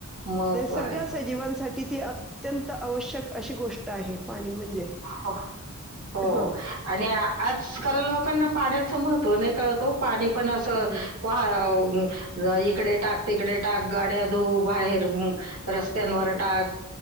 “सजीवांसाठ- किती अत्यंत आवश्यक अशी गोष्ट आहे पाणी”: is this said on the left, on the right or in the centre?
Centre